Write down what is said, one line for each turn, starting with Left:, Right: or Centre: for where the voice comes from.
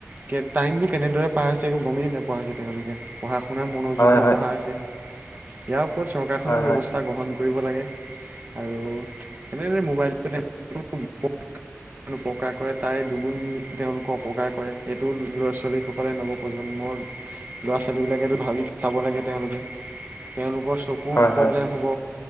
Right: কে টাইম বোৰ কেনেদৰে পাৰ হৈছে। একো গমেই নোপোৱা হৈছে তেওঁলোকে। পঢ়া শুনাত মনোযোগ
Left: হয়
Right: নবহা
Left: হয়
Right: হৈছে, ইয়াৰ ওপৰত চৰকাৰখনেও
Left: হয়
Right: ব্যৱস্থা
Left: হয়
Right: গ্ৰহণ কৰিব লাগে। আৰু এনেদৰে মোবাইল <unintelligible> উপকাৰ কৰে তাৰে দুগুণ তেওঁলোকৰ অপকাৰ কৰে সেইটো ল'ৰা ছোৱালীসকলে নৱপ্ৰজন্ম মৰ ল'ৰা ছোৱালীবিলাকেতো ভাবি চাব লাগে তেওঁলোকে। তেওঁলোক ৰ চকু
Left: হয়
Right: প্ৰব্লেম
Left: হয়
Right: হব,